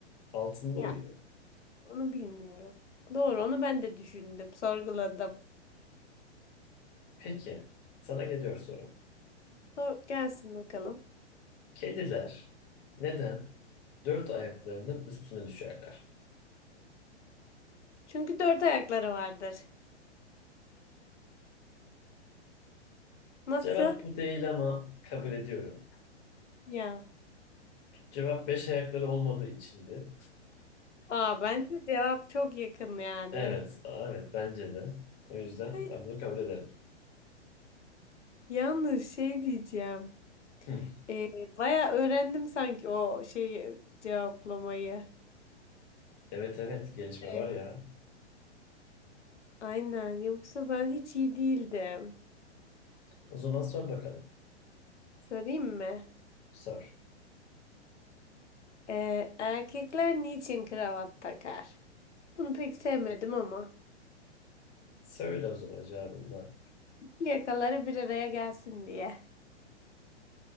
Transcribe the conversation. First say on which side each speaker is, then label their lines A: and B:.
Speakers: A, on the left; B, on the left.
A: Altında
B: Ya,
A: uyuyor.
B: onu bilmiyorum. Doğru, onu ben de düşündüm, sorguladım.
A: Peki. Sana geliyor soru.
B: Sor, gelsin bakalım.
A: Kediler neden dört ayaklarının üstüne düşerler?
B: Çünkü dört ayakları vardır. Nasıl?
A: Cevap bu değil ama kabul ediyorum.
B: Ya.
A: Cevap beş ayakları olmadığı içindi.
B: Aa, bence cevap çok yakın yani.
A: Evet, evet bence de. O yüzden
B: Ay,
A: ben bunu kabul ederim.
B: Yalnız şey diyeceğim.
A: Hı.
B: Ee, baya öğrendim sanki o şeyi cevaplamayı.
A: Evet evet gelişme
B: Ee,
A: var ya.
B: Aynen. Yoksa ben hiç iyi değildim.
A: O zaman sor bakalım.
B: Sorayım mı?
A: Sor.
B: Ee, erkekler niçin kravat takar? Bunu pek sevmedim ama.
A: Söyle o zaman cevabını. da.
B: İki yakaları bir araya gelsin diye.